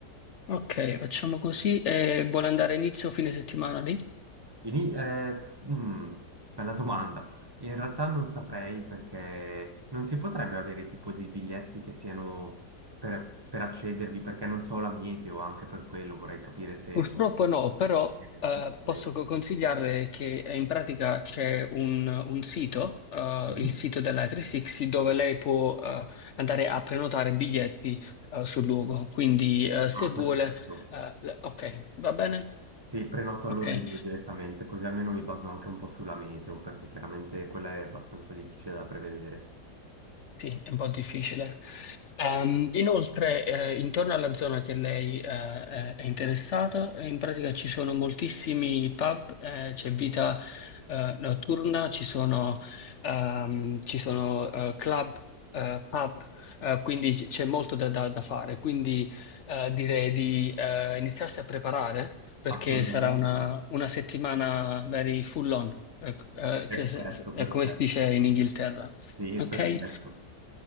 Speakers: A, on the left (about 65°); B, on the right (about 25°).
A: Ok, facciamo così. E vuole andare inizio o fine settimana lì?
B: Ini- eh, mm, bella domanda. In realtà non saprei perché non si potrebbe avere tipo dei biglietti che siano per, per accedervi perché non so la mete o anche per quello vorrei capire se...
A: Purtroppo no, però
B: eh,
A: eh,
B: ok.
A: posso co- consigliarle che eh, in pratica c'è un, un sito, eh,
B: Mhm.
A: il sito della 360, dove lei può eh, andare a prenotare biglietti eh, sul luogo. Quindi eh, se
B: Ah,
A: vuole...
B: perfetto.
A: eh, le- ok, va bene?
B: Sì, prenoto
A: Ok,
B: allora io direttamente così almeno mi baso anche un po' sulla meteo perché chiaramente quella è abbastanza difficile da prevedere.
A: sì, è un po' difficile. Ehm, inoltre, eh, intorno alla zona che lei eh, è è interessata, eh, in pratica ci sono moltissimi pub, eh, c'è vita eh, notturna, ci sono, ehm, ci sono, eh, club, eh, pub, eh, quindi c- c'è molto da, da- da fare. Quindi eh, direi di eh, iniziarsi a preparare perché
B: Assolutamente
A: sarà una,
B: sì.
A: una settimana very full on, eh, eh,
B: Perfetto,
A: che se- se- è
B: perfetto.
A: come si dice in Inghilterra.
B: Sì,
A: Ok?
B: perfetto.